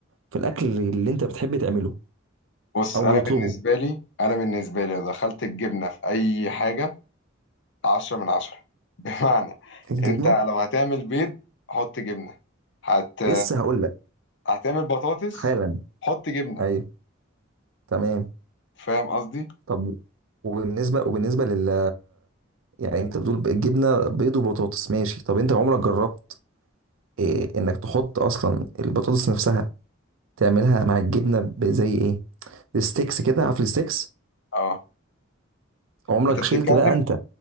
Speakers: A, on the right; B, on the left.
A: في الاكل اللي انت بتحب تعمله
B: بص
A: او
B: انا
A: بتطلبه
B: بالنسبه لي انا بالنسبه لي لو دخلت الجبنه في اي حاجه عشرة من عشرة <laughs> بمعنى
A: الجبنه
B: انت لو هتعمل بيض حط جبنه هت
A: لسه هقول لك
B: هتعمل بطاطس
A: حالا
B: حط جبنه
A: ايوه تمام
B: فاهم قصدي
A: طب وبالنسبه وبالنسبه لل يعني انت بتقول الجبنه بيض وبطاطس ماشي طب انت عمرك جربت إيه انك تحط اصلا البطاطس نفسها تعملها مع الجبنه ب- زي ايه الستيكس كده عارف الستيكس
B: اه
A: عمرك
B: انت بتتكلم
A: شلت بقى انت